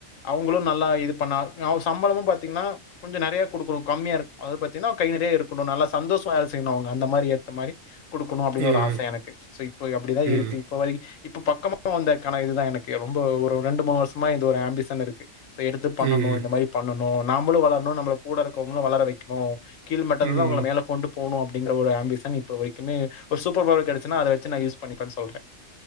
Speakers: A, on the left; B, on the right.
A: அவங்களு நல்லா இது பண்ணா அவ சம்பளமும் பாத்தீங்கன்னா கொஞ்ச நெறைய குடுக்குனு கம்மியா இருக் அதாவது பாத்தின்னா கை நெறைய இருக்குணு நல்லா சந்தோஷமா செய்யனு அவங்க அந்த மாரி ஏத்த மாரி குடுக்குணு அப்டின்னு
B: ம்,
A: ஒரு ஆச எனக்கு சோ இப்ப அப்டிதா
B: ம்,
A: இருக்கு இப்ப வரை இப்ப பக்கமா வந்தக் கனா இதுதா எனக்கு ரொம்ப ஒரு ரெண்டு மூணு வருஷமா இது ஒரு ஆம்பிஷன் இருக்கு சோ எடுத்து பண்ணணு
B: ம்,
A: இந்த மாதிரி பண்ண னு நாம்பளு வளரணு நம்பள கூட இருக்கவங்களு வளர வெக்கணும் கீழ் மட்டத்துலருந்து
B: ம்,
A: அவங்கல மேல கொண்டு போணும் அ அப்டின்ற ஒரு அம்பிஷன் இப்ப வரைக்குமே ஒரு சூப்பர் பவர் கிடைச்சுன்னா அதை வச்சு நான்யூஸ் பண்ணிப்பே சொல்றே